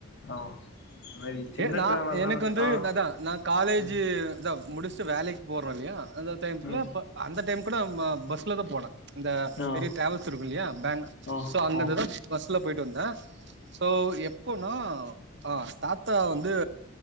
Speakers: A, on the left; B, on the right.
A: ஆ அது மாரி சின்ன
B: ஹே நா
A: டிராவல்லா
B: எனக் வந்து
A: ஆ
B: நதா நா காலேஜு
A: ம்
B: முடிச்ட்டு வேலைக்கு போறே இல்லையா அந்த டைம் குள்ள
A: ம்
B: அப்ப அந்த டைம் கூட அம்ம பஸ்லத போன இந்த
A: ஆ
B: பெரிய டட்ராவல்ஸ் இருக்கு இல்யா பேங்
A: ஆ
B: சோ அங்கிருந்துதா
A: ஆ
B: பஸ் ட்ல போயிட்டு வந்த சோ எப்போனா அ தாத்தா வந்து